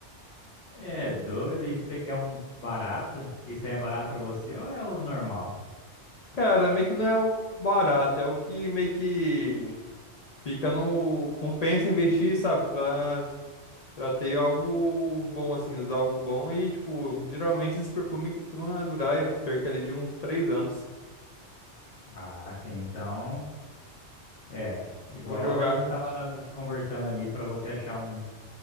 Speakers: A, on the left; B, on the left.
A: É doido, e você quer um barato? Isso é barato para você ou é o normal?
B: Cara, meio que não é o barato, é o que meio que fica no... Compensa investir, sabe? Pra, pra ter algo bom, assim, usar algo bom. E, tipo, geralmente esses perfumes costumam durar cerca ali de uns 3 anos.
A: Ah, sim, então. É, igual
B: Vou jogar.
A: a gente tava conversando ali, para você achar um,